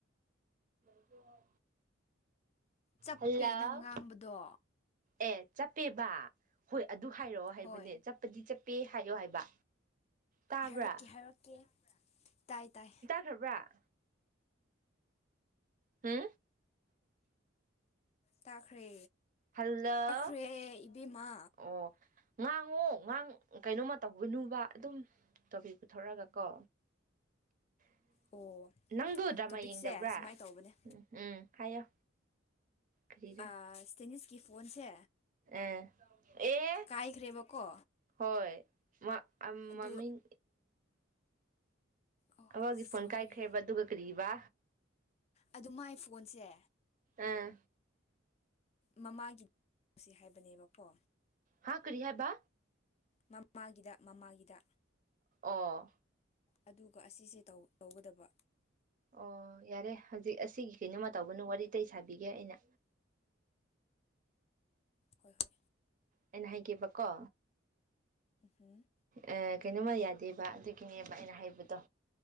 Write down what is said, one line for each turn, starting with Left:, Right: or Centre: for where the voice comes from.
Right: ꯍ
Left: ꯆꯞꯄꯦ
Right: ꯍꯜꯂꯣ
Left: ꯅꯪ ꯉꯥꯡꯕꯗꯣ
Right: ꯑꯦ ꯆꯞꯄꯦꯕ ꯍꯣꯏ ꯑꯗꯨ ꯍꯥꯏꯔꯛꯑꯣ ꯍꯥꯏꯕꯅꯦ
Left: ꯍꯣꯏ
Right: ꯆꯠꯄꯗꯤ ꯆꯠꯄꯦ ꯍꯥꯏꯌꯣ ꯍꯥꯏꯕ ꯇꯥꯕ꯭ꯔꯥ
Left: ꯍꯥꯏꯔꯛꯀꯦ ꯍꯥꯏꯔꯛꯀꯦ ꯇꯥꯏ ꯇꯥꯏ
Right: ꯈꯕ꯭ꯔ ꯍꯥ
Left: ꯇꯥꯈ꯭ꯔꯦ
Right: ꯍꯜꯂꯣ
Left: ꯇꯥꯈ꯭ꯔꯦ ꯏꯕꯦꯝꯃ
Right: ꯑꯣ ꯉꯥꯡꯉꯣ ꯉꯥꯡ ꯀꯩꯅꯣꯃ ꯇꯧꯒꯅꯨꯕ ꯑꯗꯨꯝ ꯇꯣꯄꯤꯛ ꯄꯨꯊꯣꯔꯛꯒ ꯀꯣ <inaudible>
Left: ꯑꯣ
Right: ꯅꯪꯗꯨ ꯗ꯭ꯔꯃꯥ
Left: ꯇꯣꯄꯤꯛꯁꯦ
Right: ꯌꯦꯡꯗꯕ꯭ꯔꯥ
Left: ꯁꯨꯃꯥꯏꯅ ꯇꯧꯕꯅꯦ
Right: ꯎꯝ ꯍꯥꯏꯌꯣ ꯀꯔꯤꯔ
Left: ꯑ ꯁ꯭ꯇꯦꯅꯤꯁꯒꯤ ꯐꯣꯟꯁꯦ
Right: ꯑ ꯑꯦ
Left: ꯀꯥꯏꯈ꯭ꯔꯦꯕꯀꯣ
Right: ꯍꯣꯏ ꯃ
Left: ꯑꯗꯨ
Right: ꯃꯃꯤꯡ
Left: ꯑꯣ
Right: ꯑꯕꯥꯗꯤ ꯐꯣꯟ
Left: ꯁꯣꯔꯤ
Right: ꯀꯥꯏꯈ꯭ꯔꯦꯕ ꯑꯗꯨꯒ ꯀꯔꯤꯕꯥ
Left: ꯑꯗꯨ ꯃꯥꯏ ꯐꯣꯟꯁꯦ
Right: ꯑꯥ
Left: ꯃꯃꯥꯒꯤ ꯇꯁꯤ ꯍꯥꯏꯕꯅꯦꯕꯀꯣ
Right: ꯍꯥ ꯀꯔꯤ ꯍꯥꯏꯕ
Left: ꯃꯃꯥꯒꯤꯗ ꯃꯃꯥꯒꯤꯗ
Right: ꯑꯣ
Left: ꯑꯗꯨꯒ ꯑꯁꯤꯁꯦ ꯇꯧ ꯇꯧꯒꯗꯕ
Right: ꯑꯣ ꯌꯥꯔꯦ ꯍꯧꯖꯤꯛ ꯑꯁꯤꯒꯤ ꯀꯩꯅꯣꯃ ꯇꯧꯕꯅ ꯋꯥꯔꯤ ꯑꯗꯇꯩ ꯁꯥꯕꯤꯒꯦ ꯑꯩꯅ
Left: ꯍꯣꯏ ꯍꯣꯏ
Right: ꯑꯩꯅ ꯍꯥꯏꯒꯦꯕꯀꯣ
Left: ꯎꯝ
Right: ꯑꯦ ꯀꯩꯅꯣꯝꯃ ꯌꯥꯗꯦꯕ ꯑꯗꯨꯒꯤꯅꯦꯕ ꯑꯩꯅ ꯍꯥꯏꯕꯗꯣ